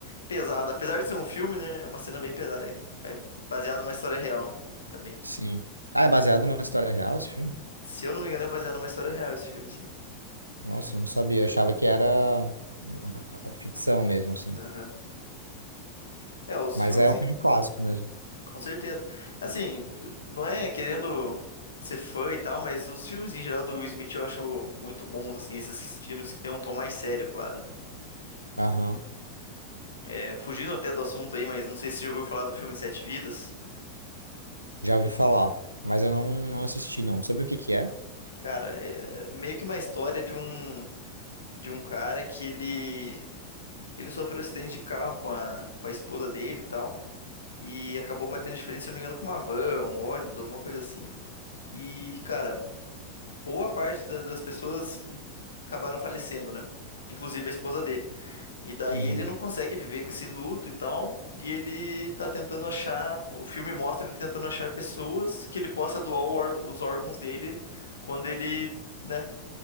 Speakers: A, on the left; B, on the right.
A: pesada. Apesar de ser um filme, né? É uma cena bem pesada. É, é baseado numa história real, né? Também.
B: Sim. Ah, é baseado numa história real esse filme?
A: Se eu não me engano, é baseado numa história real esse filme, sim.
B: Nossa, não sabia, eu achava que era ah, ficção mesmo assim.
A: Aham. É, os
B: Mas
A: filmes.
B: é um filme clássico mesmo.
A: Com certeza. Assim, não é querendo ser fã e tal, mas os filmes em geral do Will Smith eu acho muito bons, assim, esses filmes que tem um tom mais sério, claro, né?
B: Aham.
A: É, fugindo até do assunto aí, mas não sei se você já ouviu falar do filme Sete Vidas.
B: Já ouvi falar, mas eu não, não assisti, não. Sabe o que que é?
A: Cara, é meio que uma história de um de um cara que ele ele sofreu um acidente de carro com a com a esposa dele e tal, e acabou batendo de frente, se não me engano, com uma van, um ônibus, alguma coisa assim. E, cara, boa parte da- das pessoas acabaram falecendo, né? Inclusive a esposa dele. E daí
B: Uhum.
A: ele não consegue viver com esse luto e tal. E ele tá tentando achar. O filme mostra ele tentando achar pessoas que ele possa doar o ór- os órgãos dele quando ele, né,